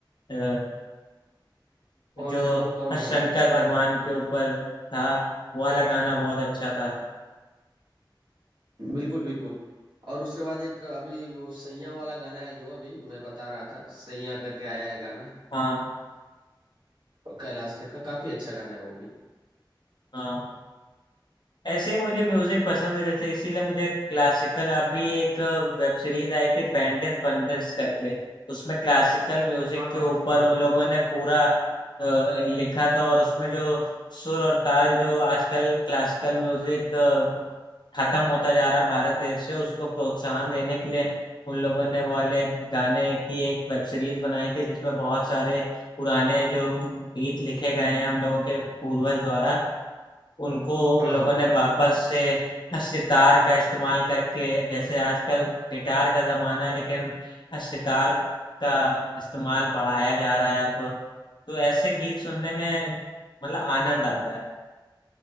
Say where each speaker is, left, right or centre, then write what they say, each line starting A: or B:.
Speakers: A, on the left; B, on the right.
A: अ,
B: कौन
A: जो
B: है वो कौन
A: शंकर
B: है वो
A: भगवान के ऊपर था वो वाला गाना बहुत अच्छा था
B: बिल्कुल बिल्कुल और उसके बाद एक अभी वो सैया वाला गाना है जो अभी मैं बता रहा था सैया करके आया है गाना
A: हाँ
B: कैलाश खेर का काफी अच्छा गाना है वो भी
A: हाँ ऐसे ही मुझे म्यूजिक पसंद है जैसे इसीलिए मुझे क्लासिकल अभी एक वेब सीरीज आई थी बैंडिट पंडिट्स करके उसमें क्लासिकल म्यूजिक
B: हाँ हाँ
A: के
B: हाँ
A: ऊपर
B: सुना
A: उन
B: था मैंने
A: लोगों ने पूरा अ, लिखा था और उसमें जो सुर और ताल जो आजकल क्लासिकल म्यूजिक खत्म होता जा रहा है भारत देश से उसको प्रोत्साहन देने के लिए उन लोगों ने वो वाले गाने की एक वेब सीरीज बनाई थी जिसमें बहुत सारे पुराने जो गीत लिखे गए हैं हम लोगों के पूर्वज द्वारा उनको
B: हाँ
A: उन लोगों
B: हाँ
A: ने वापस से सितार का इस्तेमाल करके जैसे आजकल गिटार का जमाना है लेकिन सितार का इस्तेमाल बढ़ाया जा रहा है अब तो ऐसे गीत सुनने में मतलब आनंद आता है